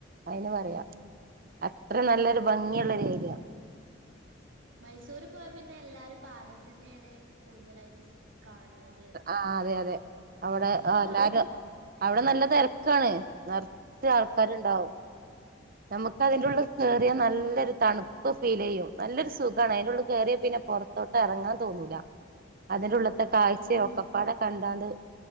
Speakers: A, on the right; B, on the right.
A: അയിന് പറയാ
B: ഉം
A: അത്ര നല്ലൊരു ഭംഗിയുള്ളൊര് ഏര്യ.
B: മൈസൂര് പോയ പിന്നെ എല്ലാരു പാലസന്നേണ് കൂടുതലായിട്ട് കാൺണത്.
A: ആഹ്, അതെ, അതെ അവുടെ എല്ലാരും
B: കാണാൻ
A: അവുടെ നല്ല തെരക്കാണ്. നർ ച്ച് ആൾക്കാര്ണ്ടാവും.
B: ആഹ്
A: നമ്മക്ക് അതിന്റെ ഉള്ള് കേറിയാ നല്ലെര് തണുപ്പ് ഫീലെയ്യും, നല്ലൊരു സുഖാണ് അയിന്റെ ഉള്ള് കേറിയ പിന്നെ പൊർ തോട്ടറങ്ങാൻ തോന്നൂല. അതിന്റെ ഉള്ള്ത്തെ കാഴ്ച
B: ഉം
A: ഒക്കപ്പാടെ കണ്ടാണ്ട്